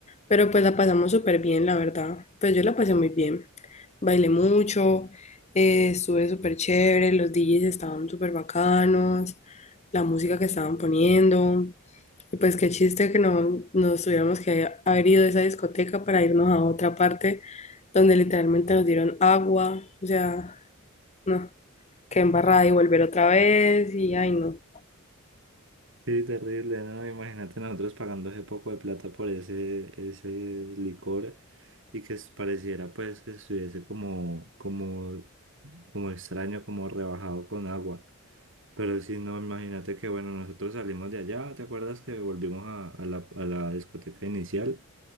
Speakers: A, on the left; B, on the right.
A: pero pues la pasamos súper bien, la verdad. Pues yo la pasé muy bien. Bailé mucho, eh, estuve súper chévere, los DJs estaban súper bacanos, la música que estaban poniendo. Y pues qué chiste que no nos tuviéramos que haber ido de esa discoteca para irnos a otra parte donde literalmente nos dieron agua. O sea, no, qué embarrada y volver otra vez y ay no,
B: Sí, terrible, ¿no? Imagínate nosotros pagando ese poco de plata por ese, ese licor y que es- pareciera pues que estuviese como, como, como extraño, como rebajado con agua. Pero sí, no, imagínate que bueno, nosotros salimos de allá, ¿te acuerdas que volvimos a, a la, a la discoteca inicial?